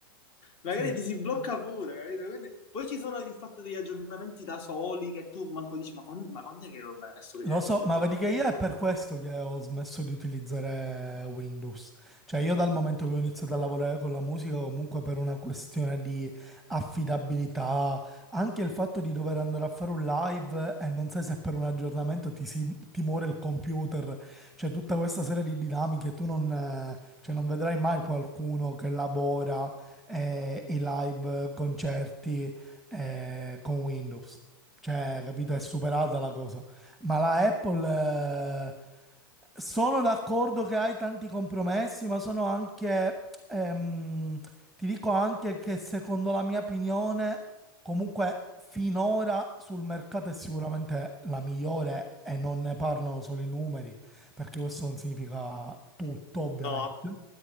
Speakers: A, on the left; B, in the centre.
A: magari
B: Sì.
A: ti si blocca pure, capito? Quindi, poi ci sono il fatto degli aggiornamenti da soli che tu manco dici, ma, con, ma quando è che l'ho messo che si
B: Lo
A: è
B: so, ma
A: aggiornato?
B: vedi che io è per questo che ho smesso di utilizzare Windows. Cioè, io dal momento che ho iniziato a lavorare con la musica, comunque per una questione di affidabilità, anche il fatto di dover andare a fare un live e non sai se per un aggiornamento ti, si, ti muore il computer. Cioè, tutta questa serie di dinamiche, tu non, eh, cioè, non vedrai mai qualcuno che lavora eh, i live concerti eh, con Windows. Cioè, capito? È superata la cosa. Ma la Apple, eh, sono d'accordo che hai tanti compromessi, ma sono anche, ehm, ti dico anche che secondo la mia opinione, comunque finora sul mercato è sicuramente la migliore e non ne parlano solo i numeri, perché questo non significa tutto, ovviamente.
A: No,